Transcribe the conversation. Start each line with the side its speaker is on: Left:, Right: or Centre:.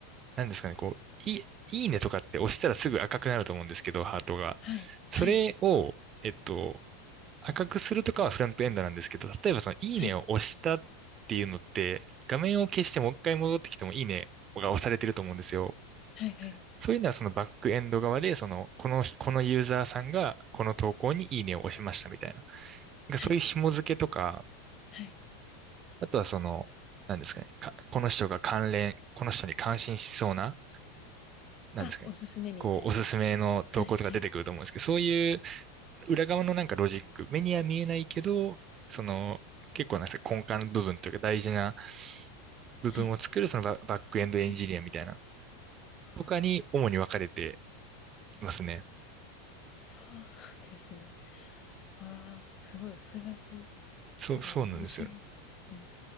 Right: なんですかね、こう、いい、いいねとかって押したらすぐ赤くなると思うんですけど、ハートが。
Left: はい。
Right: それを、
Left: はい。
Right: えっと、赤くするとかはフロントエンドなんですけど、例えばそのいいねを押したっていうのって、
Left: はい。
Right: 画面を消してもう一回戻ってきてもいいねが押されてると思うんですよ。
Left: はいはい。
Right: そういうのはそのバックエンド側で、その、この、このユーザーさんがこの投稿にいいねを押しましたみたいな。なんかそういう紐付けとか、
Left: はい。はい。
Right: あとはその、なんですかね、かこの人が関連、この人に関心しそうな、なんですかね、
Left: あ、おすすめみたいな。
Right: こう、おすすめの投稿とか出てくると思うんですけど、
Left: はいはい。
Right: そういう裏側のなんかロジック、目には見えないけど、その、結構なんですか、根幹の部分というか大事な部分を作る、
Left: はい。
Right: そのババックエンドエンジニアみたいな、
Left: はい。ああ、
Right: とかに主に分かれてますね。
Left: そうなんですね。わあ、すごい複雑だ
Right: そう、
Left: けど面白いですね。
Right: そうなんですよ。